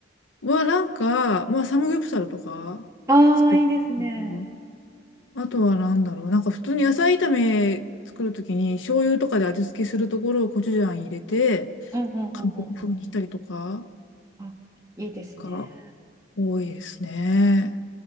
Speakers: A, on the left; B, on the right.
A: は、なんか、まあ、サムギョプサルとか作るけど。
B: <laughs> ああ、いいですね。
A: あとはなんだろう。なんか普通に野菜炒め作るときに醤油とかで味付けするところをコチュジャン入れて、
B: うんうんうんうんうん。
A: 韓国風にしたりとか
B: あ、いいですね。
A: が多いですね。